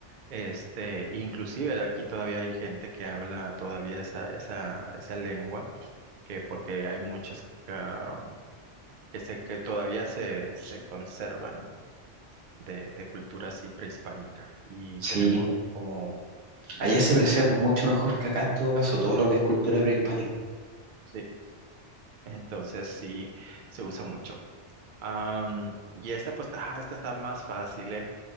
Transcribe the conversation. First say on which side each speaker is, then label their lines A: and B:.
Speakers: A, on the right; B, on the right.
A: este, inclusive aquí todavía hay gente que habla todavía esa, esa, esa lengua, que porque hay muchas ah, que se, que todavía se, se conservan de, de cultura así prehispánica, y
B: Sí.
A: tenemos como
B: Allá se preserva
A: una
B: mucho mejor que acá en todo caso todo lo que es cultura prehispánica.
A: sí, Entonces sí se usa mucho. Am, y esta pues ah, esta está más fácil, ¿eh?